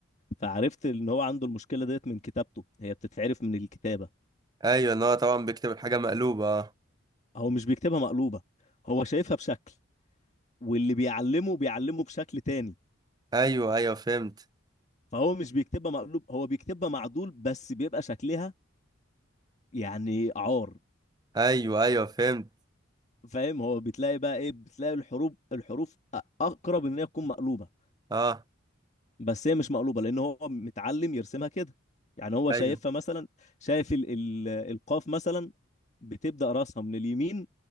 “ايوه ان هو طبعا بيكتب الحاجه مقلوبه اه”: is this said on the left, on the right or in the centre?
Right